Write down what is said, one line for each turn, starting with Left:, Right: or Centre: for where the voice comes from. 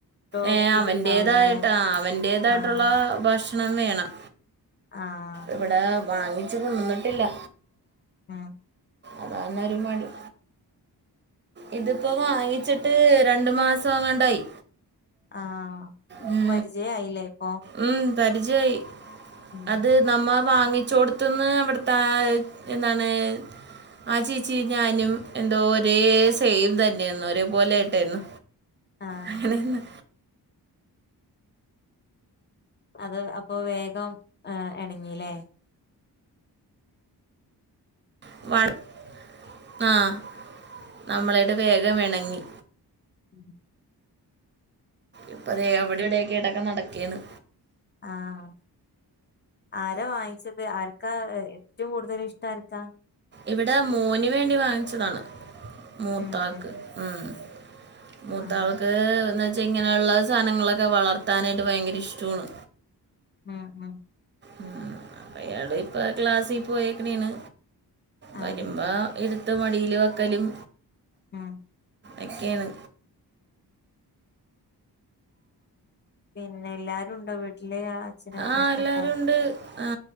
Left: ഡോഗ്
Right: ഏഹ്
Left: ഫുഡ്
Right: അവൻ്റേതായിട്ട്
Left: ഉണ്ടാവല്ലോ അല്ലെ
Right: ആഹ് അവൻ്റേതായിട്ടുള്ള
Left: ആഹ്
Right: ഭഷ് ണം വേണം.
Left: ആഹ്
Right: ഇവടെ വാങ്ങിച്ച് കൊണ്ടോന്നിട്ടില്ല.
Left: മ്
Right: അതാന്നൊരു മടി. ഇത്പ്പോ വാങ്ങിച്ചിട്ട് രണ്ട് മാസോങ്ങാണ്ടായി.
Left: ആഹ്
Right: മ്
Left: പരിചയായില്ലേ ഇപ്പൊ
Right: മ് പരിചയായി
Left: ഉം
Right: അത് നമ്മ വാങ്ങിച്ചോട്ത്ത്ന്ന് അവിട്ത്താ എന്താണ് ആ ചേച്ചിം ഞാനും എന്തോ ഒരേ സെയിം തന്നെയേന്നു ഒരേ പോലെ ആയിട്ടായ്ര്ന്നു.
Left: ആഹ്
Right: അങ്ങനേയ്ര്ന്ന്
Left: അത് അപ്പോ വേഗം എഹ് എണങ്ങില്ലേ.
Right: <unintelligible> ആഹ് നമ്മളായിട്ട് വേഗം എണങ്ങി.
Left: മ്
Right: ഇപ്പ അതെ അവിടെ ഇവിടെയൊക്കെ ആയിട്ടൊക്കെ നടക്കേന്ന്.
Left: ആഹ് ആരാ വാങ്ങിച്ചത് ആർക്കാ ഏറ്റവും കൂടുതല് ഇഷ്ട ആർക്കാ
Right: ഇവിടെ മോന് വേണ്ടി വാങ്ങിച്ചതാണ് മൂത്താക്ക്
Left: ഉം ഉം
Right: ഉം മൂത്താൾക്ക്
Left: ആഹ്
Right: എന്ന വച്ചാ ഇങ്ങനെയുള്ള സാധനങ്ങളൊക്കെ വളർത്താനായിട്ട് ഭയങ്കര ഇഷ്ടാണ്
Left: ഉം ഉം
Right: ഉം അപ്പയാള് ഇപ്പ ക്ലാസ്സി പോയേക്ക്ണെണ്
Left: ആഹ്
Right: വരുമ്പോ ഇട്ത്ത് മടില് വെക്കലും
Left: ആ
Right: എക്കെണ്
Left: പിന്നെല്ലാരുണ്ടോ വീട്ടില് അച്ഛനും അമ്മയൊക്കെ
Right: ആ എല്ലാരുണ്ട്
Left: ഉണ്ടോ
Right: ആ